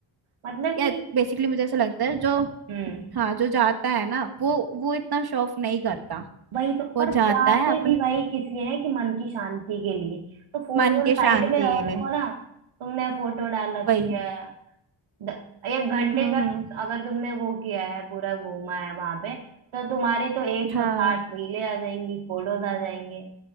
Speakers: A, on the right; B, on the right.
A: मतलब
B: या
A: कि
B: बेसिकली मुझे ऐसा लगता है जो
A: हम्म
B: हाँ जो जाता है ना वो वो इतना शो ऑफ नहीं करता
A: वही तो
B: वो
A: और
B: जाता
A: जाते
B: है अपने
A: भी भाई किस लिए हैं कि मन की शांति के लिए तो फोन
B: मन
A: वोन
B: के शांति
A: साइड में रखो
B: के लिए
A: ना तुमने फोटो डाल रखी
B: वही
A: है द- एक घंटे
B: हम्म
A: का
B: हम्म
A: अगर तुमने वो किया है पूरा घूमा है वहां पे तो तुम्हारी तो एक
B: हाँ
A: सौ साठ रीले आ जाएंगी फोटोज आ जाएंगे